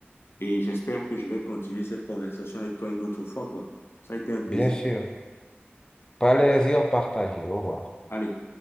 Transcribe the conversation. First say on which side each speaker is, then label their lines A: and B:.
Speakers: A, on the left (about 70°); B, on the left (about 20°).
A: et j'espère que je vais continuer cette conversation avec toi une autre fois, quoi. Ça a été un plaisir.
B: Bien sûr. Plaisir partagé. Au revoir.
A: Allez.